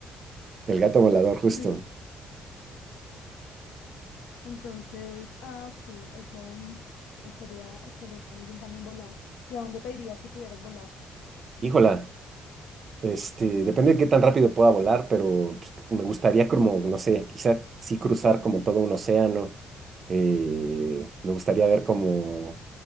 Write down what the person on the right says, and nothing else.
El gato volador, justo.
Híjola, este, depende de qué tan rápido pueda volar, pero pues, me gustaría como, no sé, quizá sí cruzar como todo un océano. Eh, me gustaría ver como,